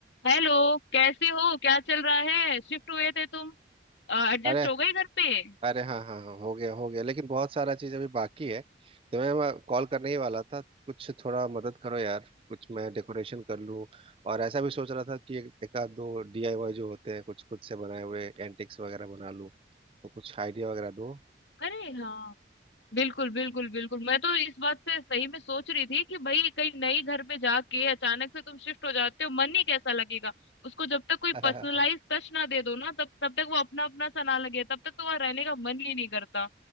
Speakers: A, on the left (about 80°); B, on the right (about 30°).
A: Hello कैसे हो क्या चल रहा है शिफ्ट हुए थे तुम एडजस्ट
B: अरे
A: हो गई घर पे
B: अरे हाँ हाँ हाँ हो गया हो गया लेकिन बहुत सारा चीज अभी बाकी है तो मैं कॉल करने ही वाला था कुछ थोड़ा मदद करो यार कुछ मैं डेकोरेशन कर लूँ और ऐसा भी सोच रहा था कि एक एक आध दो डीआईवाई जो होते हैं कुछ खुद से बनाए हुए एंटिक्स वगैरह बना लूँ तो कुछ आइडिया वगैरह दो
A: अरे हाँ बिल्कुल बिल्कुल बिल्कुल मैं तो इस बात से सही में सोच रही थी कि भाई कहीं नई घर पे जाके अचानक से तुम शिफ्ट हो जाते हो मन ही कैसा लगेगा उसको जब तक कोई
B: <laughs>
A: पर्सनलाइज
B: हाँ
A: टच ना दे दो ना तब तब तक वो अपना अपना सा ना लगे तब तक तो वहां रहने का मन ही नहीं करता